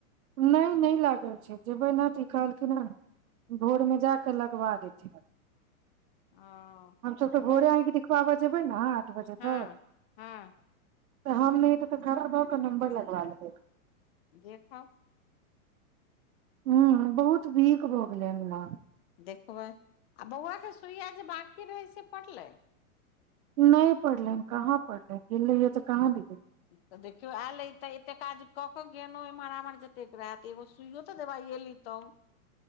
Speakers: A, on the right; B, on the left.
A: नै नै लागल छै जेबै न तऽ ई कहलखिनाय भोर मे जाक लगबा देथिन
B: ओ
A: हमस तऽ
B: आ
A: भोरे
B: बौ
A: आँख दे बबा जेबै ने आठ बजे
B: हँ
A: तक।
B: हँ
A: तऽ हम नै तऽ खड़ा भ क नम्बर लगबा लेबै।
B: देखब।
A: हूँ बहुत वीक भऽ गेलै हमरा।
B: देखबै आ बौआके सुइया जे बाँकी रहै से पड़लै।
A: नै पड़लै कहाँ पढ़लै गेल रहीयै त कहाँ दी गेल।
B: तऽ देखियौ आयलै तऽ एतेक काज कऽ कऽ गेलौ एम्हर एमहर जतेक रहैत एगो सुइयो तऽ दवाइए ली। तौं